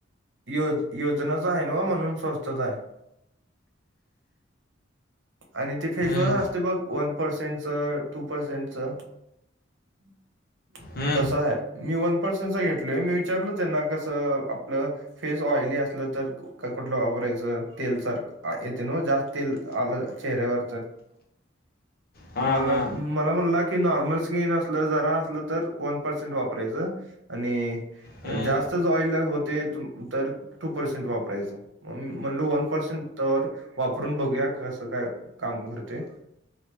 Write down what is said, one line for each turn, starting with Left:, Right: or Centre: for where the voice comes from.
Right: यो योजनाच आहे ना वा म्हणून स्वस्थचा आहे. आणि ते
Left: हम्म
Right: फेशवॉश असते बघ वन पर्सेंटचं टू पर्सेंटचं. <inaudible>
Left: हम्म
Right: तसं आहे मी वन पर्सेंटचा घेतलोय मी विचारल त्यांना कसं आपलं फेस ऑइली असलं तर कुठलं वापरायचं तेल सारख येते नव्ह जास्त तेल आलं चेहऱ्यावर तर.
Left: हा
Right: मला
Left: हा
Right: मला म्हणलां की नॉर्मल स्किन असलं जरा असलं तर वन पर्सेंट वापरायचं आणि
Left: हम्म
Right: जास्तच ऑइल होतेय तर टू पर्सेंट वापरायचं. म्हणलो वन पर्सेंट तवर‌ वापरून बघूया कसं काय काम करतय?